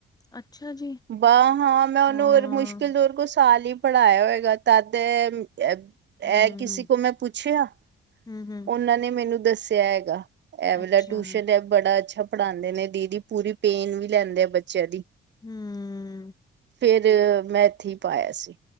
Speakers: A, on the left; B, on the right.
A: ਅੱਛਾ ਜੀ
B: ਬਾਹ ਹਾਂ ਮੈਂ ਉਹਨੂੰ
A: ਹਾਂ
B: ਰ ਮੁਸ਼ਕਿਲ ਓਦੇ ਕੋਲੋ ਸਾਲ ਈ ਪੜ੍ਹਾਇਆ ਹੋਏਗਾ ਤਦ ਇਹ
A: ਹੂੰ
B: ਕਿਸੇ ਕੋ ਮੈਂ ਪੁੱਛਿਆ
A: ਹੂੰ ਹੂੰ
B: ਉਹਨਾਂ ਨੇ ਮੈਨੂੰ ਦੱਸਿਆ ਹੈਗਾ ਐ ਵਾਲਾ
A: ਅੱਛਾ
B: ਟਿਊਸ਼ਨ ਹੈ ਬੜਾ ਅੱਛਾ ਪੜਾਉਂਦੇ ਨੇ ਦੀਦੀ ਪੂਰੀ ਪੇਨ ਵੀ ਲੈਂਦੇ ਆ ਬੱਚਿਆਂ ਦੀ
A: ਹੂੰ,
B: ਫਿਰ ਮੈਂ ਇੱਥੇ ਪਾਇਆ ਸੀ।